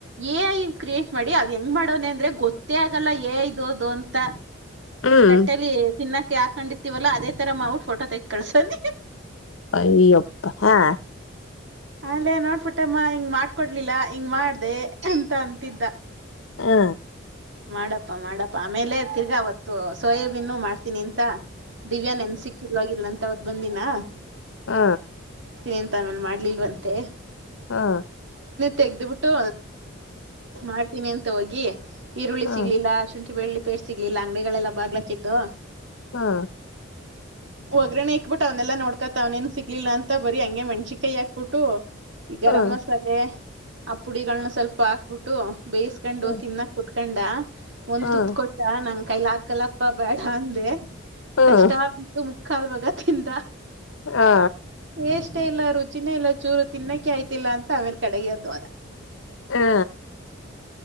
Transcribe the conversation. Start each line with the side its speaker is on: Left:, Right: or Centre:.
Right: ಏ ಕ್ರಿಯೇಟ್ ಮಾಡಿ ಅದು ಹೆಂಗ್ ಮಾಡೋನ ಅಂದ್ರೆ ಗೊತ್ತೇ ಲ್ಲ ಏ ಐ ಇದುದು ಅಂತ
Left: ಹ್ಮ್
Right: ತಟ್ಟಲಿ ತಿನ್ನಾಕ್ಕೆ ಹಾಕೊಂಡಿರ್ತಿವಲ್ಲ ಅದೇ ತರ ಮಾವುಟ್ ಫೋಟ ತೆಗೆ ಕಲ್ಸೋನ್
Left: ಐ ಯಾ ಅಪ್ಪ ಹಾ
Right: ಆಲೆ ನೋಡ್ಬಿಟ್ಟಮ್ಮ ಹಿಂಗ್ ಮಾಡ್ಕೊಡ್ಲಿಲ್ಲ ಹಿಂಗ್ ಮಾಡ್ದ ಅಂತ ಅಂತಿದ್ದ
Left: ಹಾ
Right: ಮಾಡಪ್ಪಾ ಮಾಡಪ್ಪ ಆಮೇಲೆ ತಿರ್ಗಾ ಅವತ್ತು ಸೋಯಾಬೀನ್ ಮಾಡ್ತೀನಿ ಅಂತ ದಿವ್ಯಾ ನೆನ್ ಸಿಕ್ಕಿಲ್ವಾಗಿಲ್ಲ ಅಂತ ಹೊದ್ ಬಂದಿನಾ
Left: ಹ್ಮ
Right: ಎಂತ ಆಮೇಲೆ ಮಾಡ್ಲಿಲ್ವಂತೆ
Left: ಹಾ
Right: ತೆೆಗೆ್ದ್ ಬಿಿಟ್ಟು ಮಾಡ್ತೀನಿ ಅಂತ ಹೋಗಿ ಈರುಳ್ಳಿ
Left: ಹ್ಮ್
Right: ಸಿಗ್ಲಿಲ್ಲ ಶುಂ ಬೆಳ್ಳಿ ಪೇರ್ ಸಿಗ್ಲಿಲ್ಲ ಅಂಗಡಿಗಳೆಲ್ಲ ಬ್ಾಕ್ಕಿದ್ದು
Left: ಹಾ
Right: ಹ ಒಗ್ಗರಣೆ ಇಕ್ಬಿಟ್ಟ ಅವನೆಲ್ಲ ನೋಡ್ಕತ ಅವ್ನೇನು ಸಿಗ್ಲಿಲ್ಲ ಅಂತ ಬರರಿ ಹಂಗೆ ಮಣ್ಿಕೈ ಹಾಕ್ಬಿಟ್ಟು ಈ ಗರಂ
Left: ಹ್ಮ್
Right: ಮಸಾಲೆ ಆ ಪುಡಿಗಳನ್ನ ಸ್ವಲ್ಪ ಹಾಕ್ಬಿಟ್ಟು ಬೇಯಿಸಕೊಂಡು
Left: ಹ್ಮ್
Right: ತಿನ್ನಾಕ್ ಕುಟ್ ಹಕೊಂಡ ಒಂದ್
Left: ಹ್ಮ್ ಹ್ಮ್
Right: ತತ್ ಕೊಟ್ಟ ನಂಗ ಕೈಲ ಹಾಕಲಪ್ಪ ಬೇಡ ಅಂದೆ
Left: ಹ್ಮ್
Right: ಕಷ್ಟ ಬಿದ್ದು ಮುಕ್ಕಾಲ್ವಾಗ ತಿಿಂದ
Left: ಹಾ
Right: ೇಷ್ಟ ಎ ಇಲ್ಲ ರುಚಿಿನ ಇಲ್ಲ ಚೂರು ತಿನ್ನಕ್ಕೆೆ ಆಯ್ತಿಲ್ಲ ಅಂತ ಆಮೇಲೆ ಕಡೆಗೆ ಹದ್ದು ಅದ
Left: ಹಾ